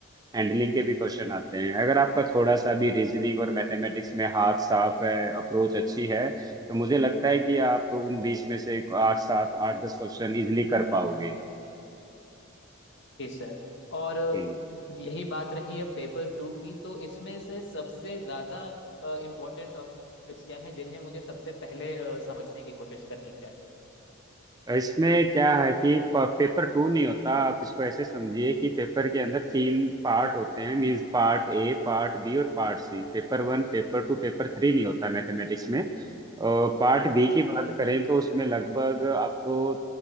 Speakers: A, on the right; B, on the left.
A: हैंडलिंग के भी क्वेश्चन आते हैं अगर आपका थोड़ा सा भी रीजनिंग और मैथमेटिक्स में हाथ साफ है अप्रोच अच्छी है तो मुझे लगता है कि आप उन बीस में से आठ सात आठ दस क्वेश्चन इजिली कर पाओगे
B: जी सर और
A: हम्म।
B: यही बात रही है पेपर टू की तो इसमें से सबसे ज़्यादा इम्पोर्टेंट टॉपिक्स क्या हैं जिन्हें मुझे सबसे पहले अ, समझने की कोशिश करनी चाहिए
A: इसमें क्या है कि प- पेपर टू नहीं होता आप इसको ऐसे समझिए कि पेपर के अंदर तीन पार्ट होते हैं means part A part B और part C Paper one paper two paper three नहीं होता मैथमेटिक्स में पार्ट
B: जी
A: बी
B: जी
A: की बात करें तो उसमें लगभग आपको